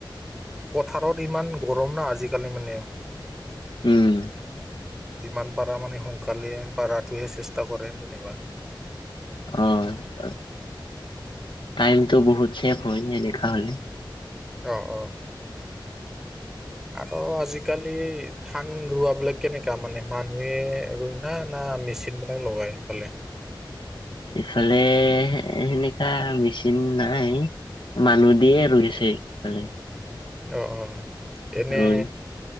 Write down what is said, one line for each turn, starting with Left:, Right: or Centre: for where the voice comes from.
Centre: পথাৰত ইমান গৰম না আজি-কালি মানে।
Left: উম
Centre: যিমান পাৰা মানে সোনকালে পাৰাটোয়ে চেষ্টা কৰে যেনিবা
Left: অ অ টাইমটো বহুত ছেভ হয় নে নেদেখা হ'লে
Centre: অ অ
Left: <inaudible>
Centre: আৰু আজি-কালি ধান ৰোৱাবিলাক কেনেকা মানে মানুহে আৰু না না মিচি <unintelligible> লগাই এইফালে।
Left: এফালে সেনেকা মেচিন নাই। মানুহ দিয়ে ৰুইছে এইফালে।
Centre: অ অ এনে
Left: ৰুই।